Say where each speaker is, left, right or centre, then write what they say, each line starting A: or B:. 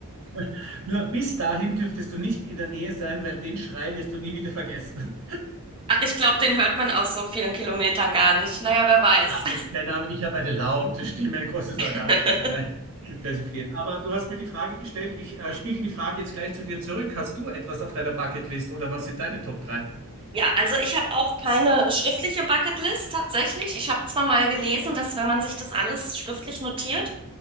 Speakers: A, on the right (about 65°); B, on the right (about 25°).
A: <laughs> Nur bis dahin dürftest du nicht in der Nähe sein, weil den Schrei wirst du nie wieder vergessen.
B: Ach, ich glaube, den hört man aus so vielen Kilometern gar nicht. Naja, wer weiß.
A: Ah, keine Ahnung, ich habe eine laute Stimme, ein großes
B: <laughs>
A: Organ. Nein, persifliert. Aber du hast mir die Frage gestellt, ich äh, spiegel die Frage jetzt gleich zu dir zurück. Hast du etwas auf deiner Bucketlist oder was sind deine Top drei?
B: Ja, also ich habe auch keine schriftliche Bucketlist tatsächlich. Ich habe zwar mal gelesen, dass wenn man sich das alles schriftlich notiert,